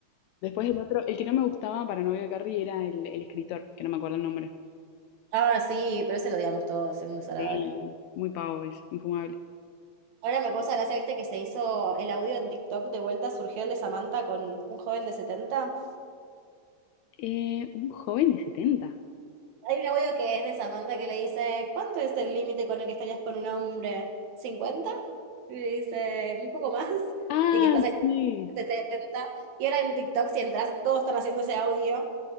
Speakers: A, on the left; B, on the right.
A: Después el otro, el que no me gustaba para novio de Carrie era el, el escritor, que no me acuerdo el nombre.
B: Ah, sí, pero ese lo odiamos todos, es muy desagradable.
A: Sí, muy pavo, es infumable.
B: Ahora me causa gracia, viste, que se hizo el audio en TikTok de vuelta, surgió el de Samantha con un joven de setenta
A: Eh, un joven de setenta
B: Hay un audio que es de Samantha que le dice, ¿cuánto es el límite con el que estarías con un hombre? cincuenta Y le dice, un poco más.
A: Ah,
B: Y que estás en
A: sí.
B: setenta Y ahora en TikTok, si entras, todos están haciendo ese audio.